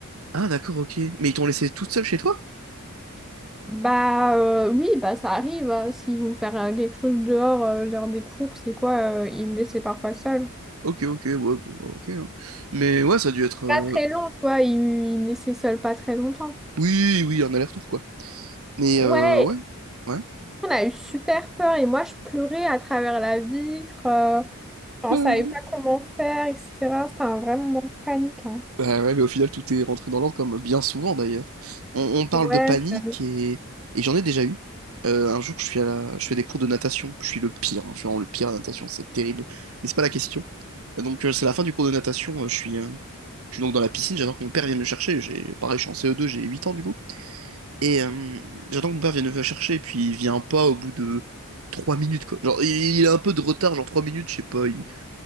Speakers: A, on the right (about 75°); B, in the centre.
A: Ah d'accord, ok. Mais ils t'ont laissé toute seule chez toi?
B: Bah euh, oui, bah ça arrive. hein. S'ils vont faire euh, quelque chose dehors, euh, genre des courses et quoi, euh, ils me laissaient parfois seule.
A: Ok, ok, ouais, bon, bah, ok. hein. Mais ouais, ça a dû être. euh,
B: Pas très long, tu vois, ils, ils me laissaient seule pas très longtemps.
A: Oui, oui, un aller-retour, quoi. Mais
B: Ouais,
A: euh, ouais. Ouais.
B: on a eu super peur et moi je pleurais à travers la vitre. euh, on
A: <laughs>
B: savait pas comment faire, etc. C'était un vrai moment de panique. hein.
A: Bah ouais, mais au final, tout est rentré dans l'ordre, comme bien souvent d'ailleurs. On, on parle
B: Ouais,
A: de panique
B: ça
A: et, et j'en ai déjà eu. Euh, un jour, je suis à la- je fais des cours de natation. Je suis le pire, hein. Je suis vraiment le pire à la natation, c'est terrible. Mais c'est pas la question. Euh, Donc, euh, c'est la fin du cours de natation. euh, je suis, euh, je suis donc dans la piscine. J'attends que mon père vienne me chercher. J'ai, pareil, je suis en CE2, j'ai 8 ans du coup. Et euh, j'attends que mon père vienne me chercher. Et puis, il vient pas au bout de 3 minutes, quoi. Genre, il, il a un peu de retard, genre 3 minutes, je sais pas. Il,